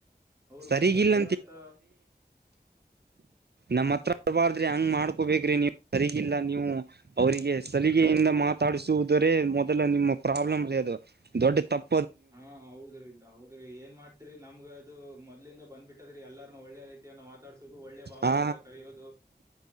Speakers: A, on the right (about 20°); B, on the right (about 70°).
A: ಅವರು
B: ಸರಿಗಿಲ್ಲ
A: ಮಹೇಶ್ ಅವ್ರ ಅಂತ
B: ನಮ್ಮತ್ರಬ ಹಂಗ್ ಮಾಡ್ಕೋಬೇಕ್ರಿ ನೀವು ಸರಿಗಿಲ್ಲ ನೀವು ಅವರಿಗೆ ಸಲಿಗೆಯಿಂದ ಮಾತಾಡಸುದು ಮೊದಲು ನಿಮ್ಮ ಪ್ರಾಬ್ಲಮ ರ ಅದು ದೊಡ್ಡ ತಪ್ಪ
A: ಹಾ ಹೌದ್ರಿ ಇದ ಹೌದ್ರಿ ಏನ್ ಮಾಡ್ತ ತ್ ನಮ್ ಅದು ಮೊದ್ಲಿಂದ ಬಂದ್ ಬಿಟ್ಟಟದ್ರೀ ಎಲ್ಲಾರ್ನು ಒಳ್ಳೆ ರೀಯ ಮಾತಾಡ ಒಳ್ಳೆ ಭಾವನೆ
B: ಹಾ
A: ಅಂತ ಕರೆಯೋದು